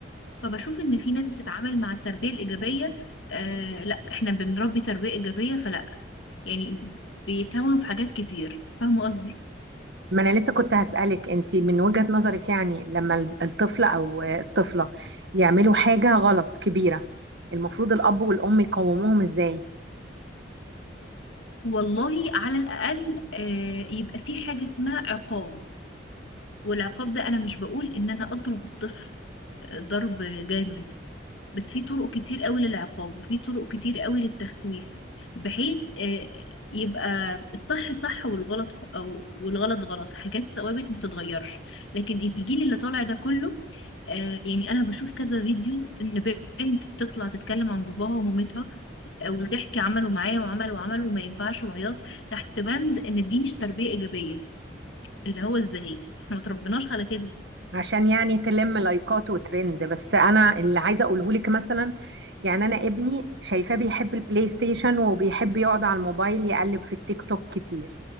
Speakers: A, on the left (about 80°); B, on the right (about 65°).
A: فبشوف ان في ناس بتتعامل مع التربيه الايجابيه آه لا احنا بنربي تربيه ايجابيه فلا يعني بيتهاونوا في حاجات كتير فاهمه قصدي
B: ما انا لسه كنت هسألك انتي من وجهة نظرك يعني لما ال- الطفل او الطفلة يعملوا حاجة غلط كبيرة المفروض الأب والأم يقوموهم ازاي
A: والله على الاقل آه يبقى في حاجه اسمها عقاب والعقاب ده انا مش بقول ان انا اضرب الطفل آه، ضرب جامد بس في طرق كتير قوي للعقاب وفي طرق كتير قوي للتخويف بحيث آه، يبقى الصح صح والغلط أو والغلط غلط حاجات ثوابت ما تتغيرش لكن الجيل اللي طالع ده كله آه، يعني انا بشوف كذا فيديو ان بنت بتطلع تتكلم عن باباها ومامتها آه، وبتحكي عملوا معايا وعملوا وعملوا وما ينفعش وعياط تحت بند ان دي مش تربية ايجابية اللي هو ازاي احنا ما تربيناش على كده
B: عشان يعني تلم لايكات وترند بس انا اللي عايزه اقوله لك مثلا يعني انا ابني شايفاه بيحب البلاي ستيشن وبيحب يقعد على الموبايل يقلب في التيك توك كتير